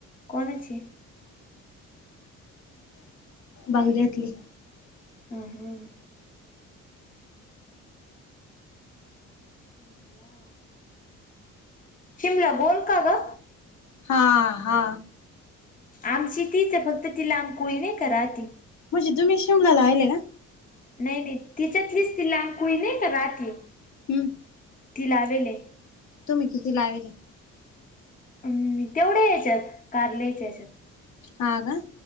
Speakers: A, on the left; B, on the left.
A: कोणाची.
B: बंगल्यातली.
A: हां, हां. शिमला शिमला, गोल का ग.
B: हा, हा.
A: आमची तीच आहे फक्त ति लामकुळी नाही का राहती,
B: म्हणजे तुम्हीच शिमला लाविले का?
A: नाही नाही तिच्यातलीच ति लांबकुळी नाही का राहती,
B: हूं...
A: ती लावेल ये.
B: तुम्ही किती लावेली?
A: हम्म तेवढ्या याच्यात, कारल्याच्या याच्यात.
B: हां, का.